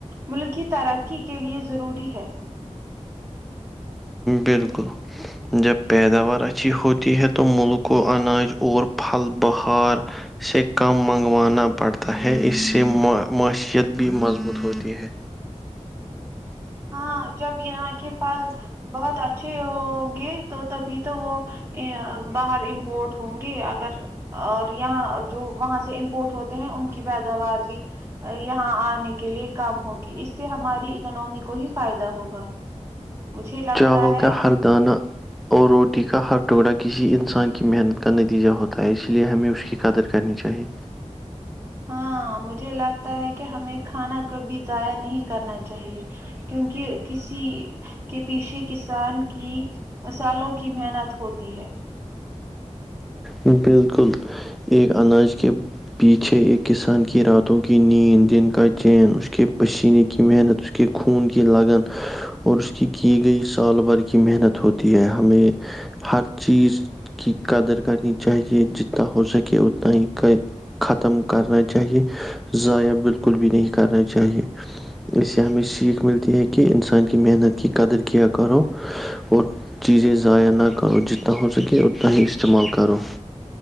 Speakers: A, on the right; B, in the centre.
A: ملک کی ترقی کے لیے ضروری ہے
B: بالکل جب پیداوار اچھی ہوتی ہے تو ملک و اناج اور پھل بہار سے کم منگوانا پڑتا ہے اس سے معیشیت بھی مضبوط ہوتی ہے
A: ہاں جب یہاں کے پھل بہت اچھے ہ گے تو تبھی تو وہ باہر امپورٹ ہوں گی اگر اور یہاں جو وہاں سے امپورٹ ہوتے ہیں ان کی پیداوار بھی یہاں آنے کے لیے کم ہوگی اس سے ہماری اکناممی کو ہی فائدہ ہوگا مجھے لگتا
B: چاول
A: ہے
B: کا ہردانہ اور روٹی کا ہر ٹکڑا کسی انسان کی محنت کا نتیجہ ہوتا ہے اس لیے ہمیں اس کی قدر کرنی چاہیے
A: ہاں مجھے لگتا ہے کہ ہمیں کھانا کبھی ضائع نہیں کرنا چاہیے کیونکہ کسی کے پیچھے کسان کی سالوں کی محنت ہوتی ہے
B: بالکل ایک اناج کے پیچھے ایک کسان کی راتوں کی نیند دن کا چین اس کے پسینے کی محنت اس کہ خون کی لگن اور اس کی کی گئی سال بھر کی محنت ہوتی ہے ہمیں ہر چیز کی قدر کرنی چاہیے جتنا ہو سکے اتنا ہی ختم کرنا چاہیے ضائع بالکل بھی نہیں کرنا چاہیے اس سے ہمیں سیکھ ملتی ہے کہ انسان کی محنت کی قدر کیا کرو اور چیزیں ضائع نہ کرو جتنا ہو سکے اتنا ہی استعمال کرو